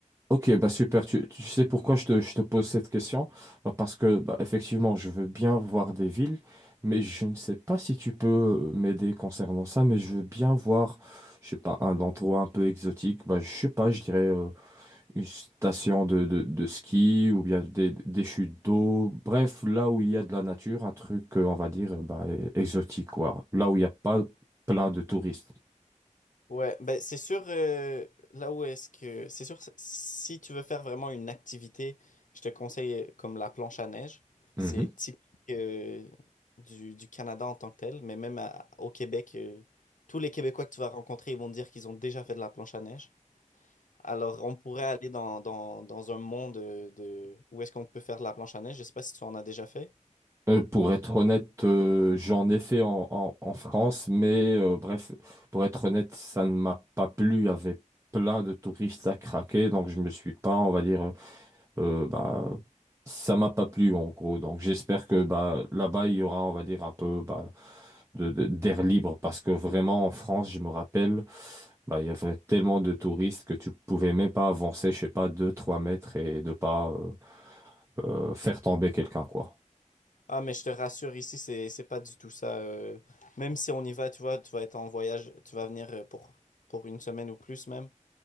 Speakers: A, on the right; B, on the left.
A: Ok, bah super. Tu, tu sais pourquoi je te, je te pose cette question? Bah parce que bah, effectivement, je veux bien voir des villes, mais je ne sais pas si tu peux euh, m'aider concernant ça. Mais je veux bien voir, je sais pas, un endroit un peu exotique. Bah je sais pas, je dirais euh, une station de, de, de ski ou bien des, des chutes d'eau. Bref, là où il y a de la nature, un truc euh, on va dire euh, bah, euh, exotique quoi. Là où il n'y a pas plein de touristes.
B: Ouais, ben c'est sûr, euh, là où est-ce que... C'est sûr, si tu veux faire vraiment une activité, je te conseille euh, comme la planche à neige.
A: Mm-hmm.
B: C'est typique euh, du, du Canada en tant que tel, mais même à- au Québec, euh, tous les Québécois que tu vas rencontrer, ils vont te dire qu'ils ont déjà fait de la planche à neige. Alors, on pourrait aller dans, dans, dans un monde euh, de, où est-ce qu'on peut faire de la planche à neige. Je sais pas si tu en as déjà fait.
A: Euh, pour être honnête, euh, j'en ai fait en, en- en France, mais euh, bref, pour être honnête, ça ne m'a pas plu. Il y avait plein de touristes à craquer, donc je me suis pas, on va dire, euh, euh, bah, ça m'a pas plu en gros. Donc j'espère que bah, là-bas, il y aura, on va dire, un peu bah, de, de- d'air libre, parce que vraiment en France, je me rappelle, bah, il y avait tellement de touristes que tu pouvais même pas avancer, je sais pas, deux trois mètres et de pas euh, euh, faire tomber quelqu'un, quoi.
B: Ah, mais je te rassure, ici, c'est, c'est pas du tout ça. euh, même si on y va, tu vois, tu vas être en voyage, tu vas venir euh, pour, pour une semaine ou plus même.